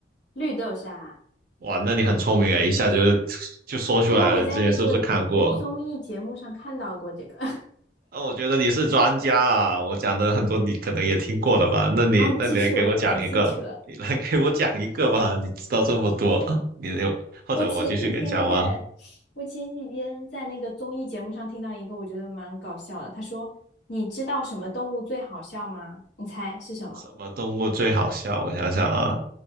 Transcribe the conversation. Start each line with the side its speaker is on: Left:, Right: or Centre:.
Left: 绿豆沙，
Right: 哇，那你很聪明诶，一下就 <laughs> 就说出来了。
Left: 因为我在那个综艺节目上看到过这个。
Right: 你之前是不是看过？
Left: <laughs>
Right: 啊，我觉得你是专家啊，我讲的很多你可能也听过了吧？那你那你来给我讲一个，
Left: 好，你继续，我感兴趣了。
Right: 你来给我讲一个吧。你知道这么多，<laughs> 你有或者我继续给你讲吗？
Left: 我前几天在，我前几天在那个综艺节目上听到一个，我觉得蛮搞笑的。他说：“你知道什么动物最好笑吗？你猜是什么
Right: 什么动物最好笑？我想想啊，